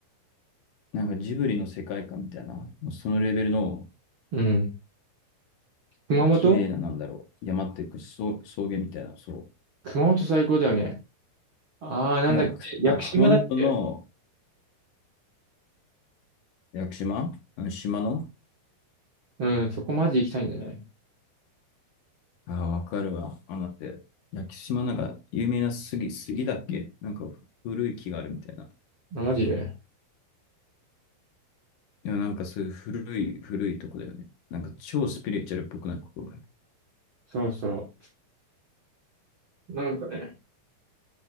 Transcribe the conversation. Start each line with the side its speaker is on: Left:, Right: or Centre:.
Left: なんかジブリの世界観みたいな、もうそのレベルの
Right: うん。熊本
Left: 綺麗な、なんだろう、山っていうか草、草原みたいな、そ
Right: 熊本最高だよね。ああ、なんだっけ屋久島だっけ
Left: う。なんかく、あ、熊本の屋久島あの島の
Right: うん、そこマジ行きたいんだよね。
Left: ああ、わかるわ。あのだって、屋久島なんか有名な杉、杉だっけなんか古い木があるみたいな。
Right: あマジで。
Left: でもなんかそういう古い、古いとこだよね。なんか超スピリチュアルっぽくないここ。
Right: そうそう。なんかね、